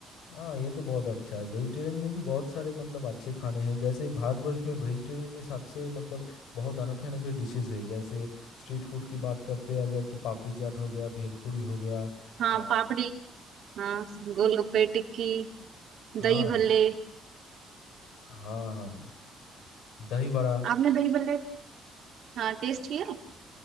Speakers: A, on the left; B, on the right.
A: हाँ ये तो बहुत अच्छा है वेजिटेरियन में भी बहुत सारे मतलब अच्छे खाने हैं जैसे भारतवर्ष में वेजिटेरियन में सबसे मतलब बहुत अनोखे अनोखे डिशेस है जैसे स्ट्रीट फूड की बात करते हैं अगर तो पापड़ी चाट हो गया भेलपूरी हो गया
B: हाँ
A: आ,
B: पापड़ी हाँ गोलगप्पे टिक्की
A: हाँ
B: दही भल्ले
A: हाँ हाँ दही बड़ा
B: आपने दही भल्ले हाँ टेस्ट किया है?